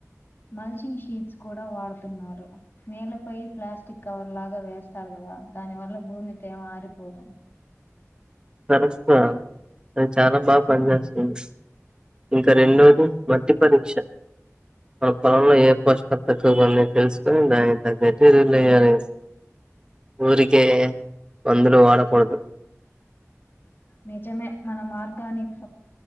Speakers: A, on the left; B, on the right.
A: మల్షింగ్ షీట్స్ కూడా వాడుతున్నారు నేలపై ప్లాస్టిక్ కవర్ లాగా వేస్తారు కదా దాని వల్ల భూమి తేమ ఆరిపోదు
B: కరెక్టే తను చాలా బాగా పని చేేస్తుంది ఇంక రెండోది మట్టి పరీక్ష మన పొలంలో ఏ పోషకలు తక్కువ గా ఉన్నాయో తెలుసుకొని దానికి తగ్గట్టు సరిల యారు <unintelligible> ఊరికే వందులు వాడ పోడదు
A: నిజమే మనం ఆర్గానిక్